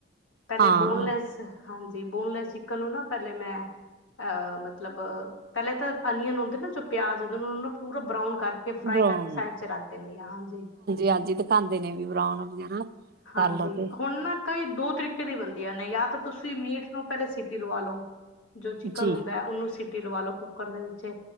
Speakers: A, on the left; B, on the right.
A: ਪਹਿਲੇ
B: ਹਾਂ
A: ਬੋਨਲੈਸ ਹਾਂਜੀ, ਬੋਨਲੈਸ ਚਿਕਨ ਨੂੰ ਨਾ ਪਹਿਲੇ ਮੈਂ ਅਹ ਮਤਲਬ ਪਹਿਲੇ ਤਾਂ ਅਨੀਅਨ ਹੁੰਦੇ ਨਾ। ਜੋ ਪਿਆਜ ਹੁੰਦੇ ਨੂੰ ਪੂਰਾ ਬਰਾਉਨ ਕਰ ਤੇ ਫਰਾਈ
B: ਬਰਾਊਨ
A: ਕਰਕੇ ਸਾਈਡ ਚ ਰੱਖ ਦਿੰਦੀ ਹਾਂ। ਹਾਂਜੀ
B: ਹਾਂਜੀ ਦਿਖਾਉਂਦੇ ਨੇ ਵੀ ਬਰਾਊਨ ਵਗੈਰਾ
A: ਹਾਂਜੀ
B: ਕਰ ਲਓ ਤੇ
A: ਹੁਣ ਨਾ ਤਰੀ ਦੋ ਤਰੀਕੇ ਦੀ ਬਣਦੀਆਂ ਨੇ, ਜਾਂ ਤਾਂ ਤੁਸੀਂ ਮੀਟ ਨੂੰ ਪਹਿਲੇ ਸੀਟੀ ਲਵਾ ਲਓ। ਜੋ ਚਿਕਨ
B: ਜੀ
A: ਹੁੰ ਉਹਨੂੰ ਸਿਟੀ ਲਵਾ ਲਓ ਕੁੱਕਰ ਦੇ ਵਿਚੇ।